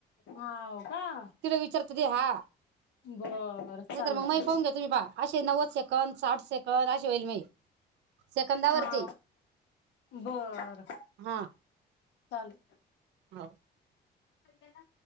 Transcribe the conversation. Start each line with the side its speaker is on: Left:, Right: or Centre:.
Left: हाव का
Right: तिला विचारतो दे हा
Left: बर
Right: नाही
Left: चालेल
Right: तरर मग
Left: चालेल
Right: माही पाहून घ्या तुम्ही पाहा नव्वद सेकड साठ सेकड असे होईल मी सेकंदावरती
Left: हा बर
Right: हा
Left: चालू
Right: हो
Left: गेला